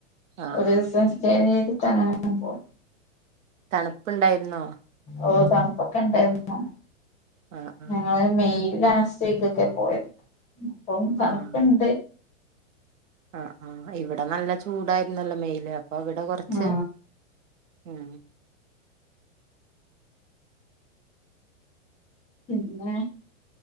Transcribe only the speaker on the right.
ആഹ്
ആഹ്
തണുപ്പുണ്ടായിരുന്നോ
ആഹ് ആഹ്
ആഹ് ആഹ് ആഹ് ഇവിടെ നല്ല ചൂടായിരുന്നല്ലോ മെയ്യില് അപ്പൊയിവിടെ കുറച്ച്
ഉം